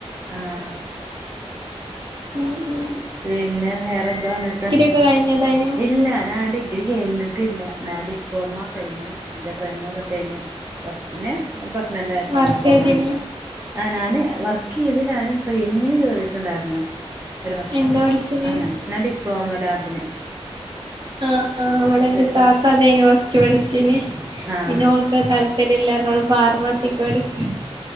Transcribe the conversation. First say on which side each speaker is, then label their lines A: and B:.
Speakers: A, on the right; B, on the right.
A: ആഹ്
B: ഉം ഉം
A: പിന്നെ വേറെ എന്താ വന്നിട്ട്
B: കഴിഞ്ഞതാന്
A: ഇല്ല ഞാൻ ഡിഗ്രി കഴിഞ്ഞിട്ടില്ല ഞാൻ ഡിപ്ലോമ കഴിഞ് എ്ന്റെ ട്രെയിനിങ് ഒക്കെ കഴിഞ്ഞ് പിന്നെ പ്രഗ്നറായപ്പ
B: വർക്ക്
A: അങ്ങനെ പോവാണ്ടത്
B: ചെയ്തേനു
A: ആഹ് ഞാന് വർക്ക് ചെയ്തിൽ ഞൻ ട്രെയിനിങ്ങിന് കേറിയിട്ടുണ്ടായിരുന്നു ഒരു വർഷം
B: എന്താ പഠിച്ചീന്
A: അങ്ങനെ ഞാൻ ഡിപ്ലോമ ലാബിന്
B: ആഹ് ആ്ഹ്
A: രാവിൽത്തേക്ക്
B: അവിടെ എന്റെ താത്ത അതെന് വസ്റ്റ് പഠിച്ചീന്
A: ആഹ്
B: പിന്നെ താല്പര്യ ഇല്ലാരോട് ഫാർമസിക്ക് പഠിച്ചച്ച്